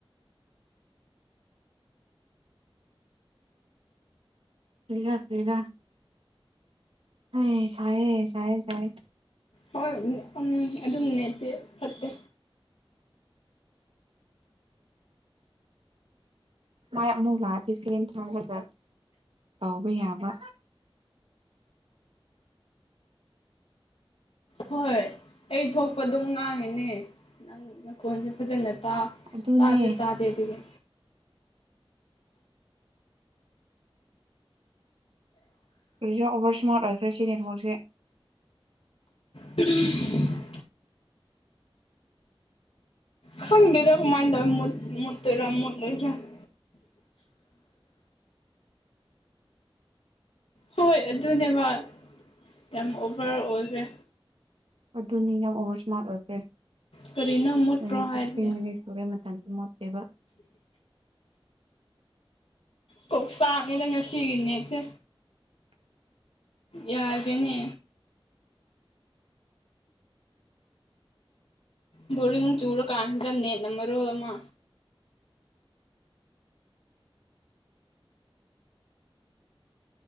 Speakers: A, on the right; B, on the left.
A: <unintelligible> ꯑꯁ ꯁꯥꯏꯌꯦ ꯁꯥꯏꯌꯦ ꯁꯥꯏ
B: ꯍꯣꯏ ꯎꯝ ꯑꯗꯨꯝ ꯅꯦꯠꯇꯦ ꯐꯠꯇꯦ
A: ꯃꯥꯏ ꯑꯃꯨ ꯂꯥꯛꯑꯗꯤ ꯐ꯭ꯔꯦꯟ ꯊꯥꯕꯗ ꯇꯧꯕ ꯌꯥꯕ
B: ꯍꯣꯏ ꯍꯣꯏ ꯑꯩ ꯊꯣꯛꯄ ꯑꯗꯨꯝ ꯉꯥꯡꯉꯤꯅꯦ ꯅꯪ ꯅꯈꯣꯟꯁꯦ ꯐꯖꯅ ꯇꯥ
A: ꯑꯗꯨꯅꯦ
B: ꯇꯥꯁꯨ ꯇꯥ ꯗꯦꯗꯨꯒꯦ
A: ꯀꯔꯤꯥ ꯑꯣꯕꯔ ꯏꯁꯃꯥꯔꯠ ꯑꯣꯏꯈ꯭ꯔꯦ ꯁꯤ ꯅꯦꯠꯋꯥꯛꯁꯦ
B: ꯇ <unintelligible> ꯈꯪꯗꯦꯗ ꯀꯃꯥꯏꯅ ꯇꯧꯋꯤ ꯃꯨ ꯃꯨꯠꯇꯣꯏꯔꯥ ꯃꯨꯠꯂꯣꯏꯗꯔꯥ <inaudible> ꯍꯣꯏ ꯑꯗꯨꯅꯦꯕ ꯌꯥꯝ ꯑꯣꯚꯔ ꯑꯣꯏꯈ꯭ꯔꯦ
A: ꯑꯗꯨꯅꯤ ꯌꯥꯝ ꯑꯣꯕꯔ ꯏꯁꯃꯥꯔꯠ ꯑꯣꯏꯈ꯭ꯔꯦ
B: ꯀꯔꯤꯅ ꯃꯨꯠꯄ
A: ꯑꯗꯨꯅꯦ ꯐꯤꯐꯇꯤꯟ
B: ꯍꯥꯏꯗꯤ
A: ꯃꯤꯅꯤꯠ ꯁꯨꯔꯦ ꯃꯇꯝꯁꯨ ꯃꯣꯠꯇꯦꯕ
B: ꯀꯣꯛꯆꯛꯅꯤꯅ ꯉꯁꯤꯒꯤ ꯅꯦꯠꯁꯦ ꯌꯥꯗꯦꯅꯦ ꯕꯣꯔꯤꯡ ꯆꯨꯔ ꯀꯥꯥꯟꯁꯤꯗ ꯅꯦꯠ ꯅꯃꯔꯣꯜ ꯑꯃ